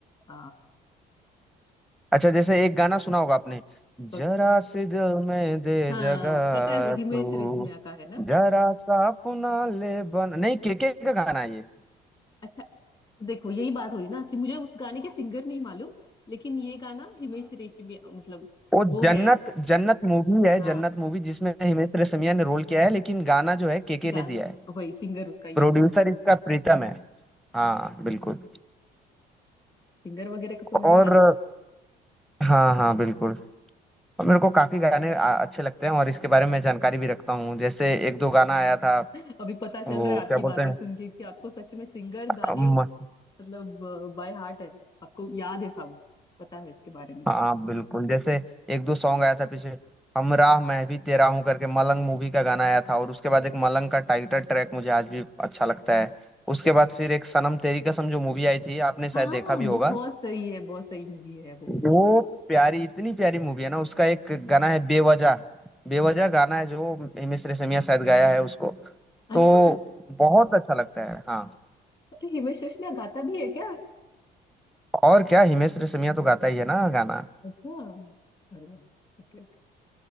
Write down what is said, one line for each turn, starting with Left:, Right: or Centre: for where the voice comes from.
Left: आ,
Centre: अच्छा जैसे एक गाना सुना होगा आपने
Left: कौन
Centre: जरा
Left: सा?
Centre: सी दिल में दे
Left: हाँ
Centre: जगह
Left: पता है वो हिमेश
Centre: तू
Left: रेशमिया का है ना
Centre: जरा सा अपना ले बन नहीं केके का गाना है ये
Left: अच्छा देखो यही बात हुई ना कि मुझे उस गाने के सिंगर नहीं मालूम लेकिन ये गाना हिमेश रेशमिया मतलब
Centre: वो
Left: वो
Centre: जन्नत
Left: है
Centre: जन्नत मूवी है
Left: हाँ
Centre: जन्नत मूवी जिसमें हिमेश
Left: yes
Centre: रेशमिया ने रोल किया है लेकिन गाना जो है केके
Left: गान
Centre: ने दिया है
Left: वही सिंगर उसका ये
Centre: प्रोड्यूसर
Left: होगा
Centre: इसका प्रीतम है
Left: अच्छा
Centre: हाँ बिल्कुल
Left: सिंगर वगैरह का तो नहीं
Centre: और
Left: मालूम
Centre: हाँ हाँ बिल्कुल और मेरे को काफी गाने आ, अच्छे लगते हैं और इसके बारे में जानकारी भी रखता हूँ जैसे एक दो गाना आया था
Left: <laughs> अभी पता
Centre: वो
Left: चल रहा है आपकी
Centre: क्या बोलते
Left: बातें सुन के कि आपको सच में सिंगर गाने
Centre: हैं
Left: मतलब बाय हार्ट है आपको याद है सब पता है इसके बारे में
Centre: हाँ बिल्कुल जैसे एक दो सॉन्ग आया था पीछे हमराह मैं भी तेरा हूँ करके मलंग मूवी का गाना आया था और उसके बाद एक मलंग का टाइटल ट्रैक मुझे आज भी अच्छा लगता है उसके बाद फिर एक सनम तेरी कसम जो मूवी आई थी आपने शायद
Left: हाँ
Centre: देखा भी होगा
Left: बहुत सही है बहुत सही मूवी है वो
Centre: वो प्यारी इतनी प्यारी मूवी है ना उसका एक गाना है बेवजह बेवजह गाना है जो हिमेश
Left: हाँ।
Centre: रेशमिया शायद गाया है उसको तो
Left: अच्छा
Centre: बहुत अच्छा लगता है हाँ
Left: अरे हिमेश रेशमिया गाता भी है क्या
Centre: और क्या हिमेश रेशमिया तो गाता ही है ना गाना
Left: अच्छा अरे ओके ओके